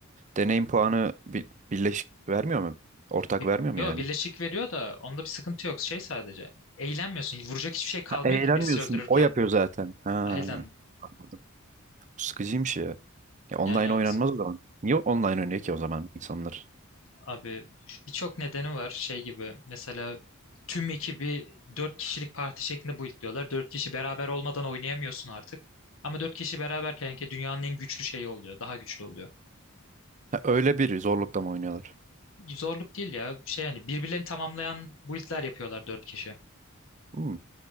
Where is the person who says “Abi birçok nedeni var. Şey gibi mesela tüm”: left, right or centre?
Left